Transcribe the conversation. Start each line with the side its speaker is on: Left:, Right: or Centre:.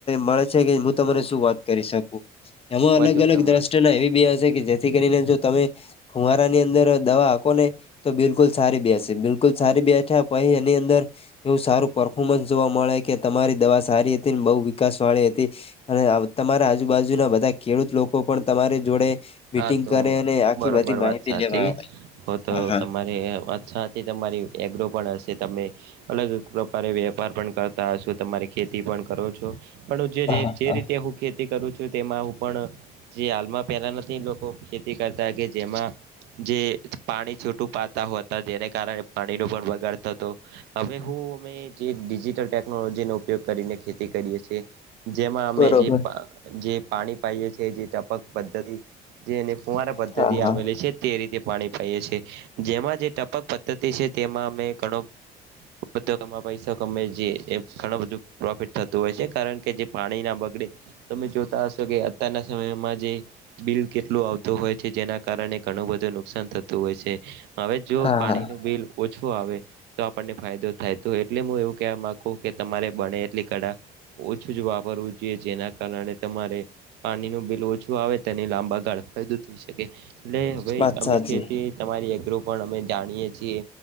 Left: મળે છે કે હું તને શું વાત કરી શકું. એમાં
Right: વધુ
Left: અલગ અલગ
Right: પ્રમાણ
Left: દ્રષ્ટ ના એવી બી હશે કે.? જેથી કરીને જો તમે ફુવારા ની અંદર દવા આપો ને તો બિલકુલ સારી બેસે બિલકુલ સારી બેઠ્યા પછ એની અંદર એવું સારું પફોર્મન્સ જોવા મળે કે તમારી દવા સારી હતી ને બહ વિકાસ વાળી હતી. અને તમારા આજુબાજુના બધા ખેડૂત લોકો પણ તમારી જોડે મીટિંગ
Right: હા તો
Left: કરે. અને આખી
Right: બરોબર
Left: બધી માહિતી
Right: વાત સાચી
Left: લેવા આવે
Right: હો તો
Left: હા હા
Right: તમારી વાત સાચ. થી તમારી એગ્રો પણ હશે તમે અલગ પ્રકારે વેપાર પણ કરતા હશો તમારી ખેતી પણ કરો છો પણ હું
Left: હા
Right: જે જે
Left: હા
Right: રીતે હું ખેતી કરું છું તેમાં હું પણ જે હાલમાં પેલા નથી લોકો ખેતી કરતા કે જેમાં જે પાણી છૂટું પાતા હો હતા જેને કારણે પાણીનો પણ બગાડ થતો. હવે હું અમે જે ડિજિટલ ટેકનોલોજીનો ઉપયોગ કરીને ખેતી કરીએ છીએ. જેમાં અમે
Left: બરોબર
Right: જે જે પાણી પાઇએ છીએ જે ટપક પદ્ધતિ જેને કુંવારા પદ્ધતિ
Left: હા હા
Right: આવેલી છે. તે રીતે પાણી પાાઈએ છીએ જેમાં જે ટપક પદ્ધતિ છે તેમાં અમે ઘણો બધોમાં પૈસા કમે છે એમ ઘણું બધું પ્રોફિટ થતું હોય છે કારણ કે જે પાણીના બગડે તમે જોતા હશો કે. આવતાના સમયમાં જે બિલ કેટલું આવતું હોય છે જેના કારણે ઘણું બધું નુકસાન થત હોય છે હવે જો
Left: હા
Right: પાણી
Left: હા
Right: નું બિલ ઓછું આવે તો આપણને ફાયદો થાય તો. એટલે હું એવું કહેવા મામાંગું કે તમારે બણે એટલી કઢા ઓછું જ વાપરવું જોઈએ જેના કારણે તમારે પાણીનુંું બિલ ઓછું આવે તેની લાંબા કળ ફાયદો થઈ શકે એટલે હવે
Left: વાત
Right: અમે
Left: સાચી
Right: ખેતી તમારી એગ્રો પણ અમે જાણીએ છીએ.